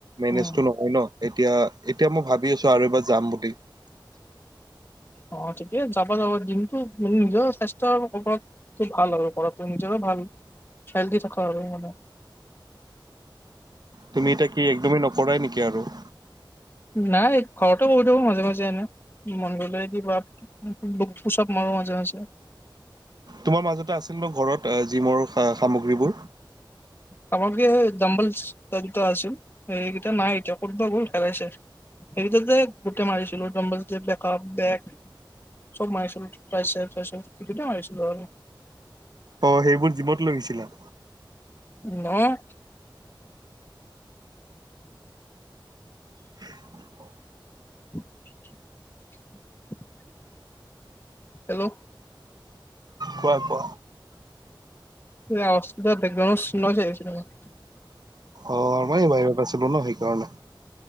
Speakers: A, on the right; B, on the left.
A: মেনেজটো
B: উম
A: নহয় ন? এতিয়া-এতিয়া মই ভাবি আছোঁ আৰু এবাৰ যাম বুলি। <unintelligible>
B: অ', থিকে আছে যাবা-যাবা দিনটো নিজৰ স্বাস্থ্যৰ ওপৰত তো ভাল আৰু কৰাটো নিজৰো ভাল <unintelligible> দি থাকা আৰু মানে।
A: তুমি এতিয়া কি একদমেই নকৰাই নেকি আৰু?
B: নাই ঘৰতে কৰি থাকোঁ মাজে-মাজে এনেই মন গলে কিবা পুছ আপ মৰোঁ মাজে-মাজে।
A: তোমাৰ মাজতে আছিল ন ঘৰত জিমৰ সামগ্ৰীবোৰ?
B: সামগ্ৰী এ ডাম্বেল দুটা-দুটা আছিল, এইকেইটা নাই এতিয়া। কতবা গ'ল হেৰাইছে। সেই দুটাতে গোটেই মাৰিছিলোঁ ডম্ব <unintelligible> চব মাৰিছিলোঁ, ট্ৰাইচেপ, বাইচেপ, হেইকিতাই মাৰিছিলোঁ আৰু।
A: অ', সেইবোৰ জিমত লৈগৈছিলা?
B: নহয়।
A: <unintelligible>
B: <unintelligible> হেল্ল'?
A: কোৱা-কোৱা?
B: এই অৱজটো কিবা বেকগ্ৰাউণ্ড নইজ আহি আছে তোমাৰ।
A: অ', মই বাহিৰত আছিলোঁ ন, সেইকাৰণে।